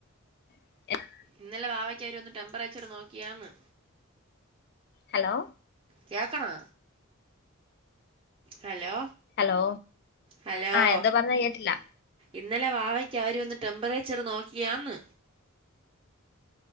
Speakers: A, on the left; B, on the right.
A: <inaudible>
B: ഇന്നലെ വാവക്ക് അവര് വന്ന് ടെമ്പറേച്ചർ നോക്കിയോ എന്ന്
A: ഹലോ
B: കേക്കണാ ഹലോ
A: ഹലോ
B: ഹലോ
A: ആ എന്താ പറഞ്ഞേ കേട്ടില്ല
B: ഇന്നലെ വാവയ്ക്ക് അവര് വന്ന് ടെമ്പറേച്ചർ നോക്കിയോന്ന്